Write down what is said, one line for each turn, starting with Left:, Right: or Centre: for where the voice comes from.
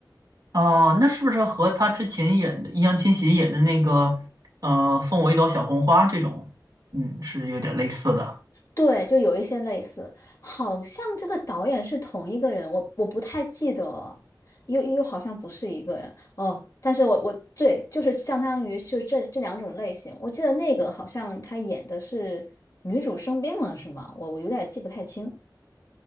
Right: 哦，那是不是和他之前演的易烊千玺演的那个，呃，送我一朵小红花这种，嗯，是有点类似的。
Left: 对，就有一些类似，好像这个导演是同一个人，我我不太记得了，又又好像不是一个人哦。但是我我对，就是相当于是这这两种类型，我记得那个好像他演的是女主生病了，是吗？我我有点记不太清。